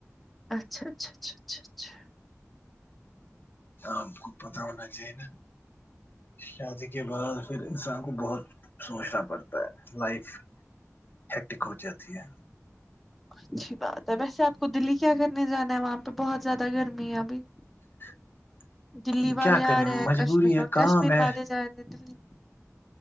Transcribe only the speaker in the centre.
اچھا اچھا اچھا اچھا اچھا
اچھی بات ہے ویسے آپ کو دلی کیا کرنے جانا ہے وہاں پہ بہت زیادہ گرمی ہے ابھی
دلی والے
آ
رہے ہیں
کشمیر
اور
کشمیر
والے جا رہے ہیں دلی